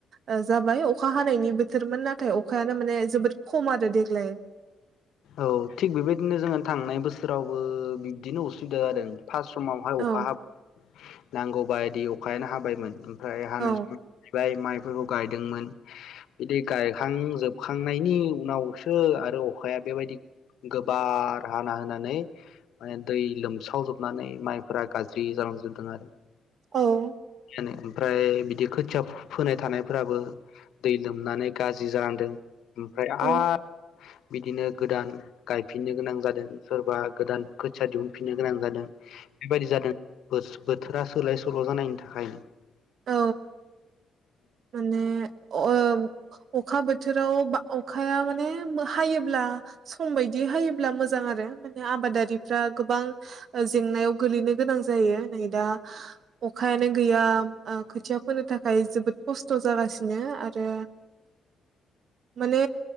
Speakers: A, on the right; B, on the left.
A: ओ जाबाय अखा हानायनि बोथोरमोन नाथाय अखायानो माने जोबोद खम आरो देग्लाय।
B: औ थिग बेबायदिनो जोङो थांनाय बोसोरावबो बिब्दिनो असुबिदा जादों। फास समावहाय अखा
A: औ
B: हाब नांगौ। बायदि अखायानो हाबायमोन। ओमफ्राय हानाय
A: औ
B: सम <inaudible> बाय माइ फोरखौ गायदोंमोन बिदि गायखांजोबखांनायनि उनावसो आरो अखाया बेबायदि गोबार हाना होनानै माने दै लोमसावजोबनानै माइफोरा गाज्रि जालांजोबदों आरो।
A: औ
B: नो ओमफ्राय बिदि खोथिया फोनाय थानायफोराबो दै लोमनानै गाज्रि जालांदों। ओमफ्राय
A: औ
B: आ बिदिनो गोदान गायफिननो गोनां जादों सोरबा गोदान खोथिया दिहुनफिननो गोनां जादों। बेबायादि जादों गोस बोथोरा सोलाय सोल' जानायनि थाखाय
A: औ माने अओ अखा बोथोराव बा अखाया माने हायोब्ला सम बायदि हायोब्ला मोजां आरो माने आबादारिफ्रा गोबां ओ जेंनायाव गोलैनो गोनां जायो नै दा अखायानो गैया ओ खोथिया फोनो थाखाय जोबोद खस्थ' जागासिनो आरो माने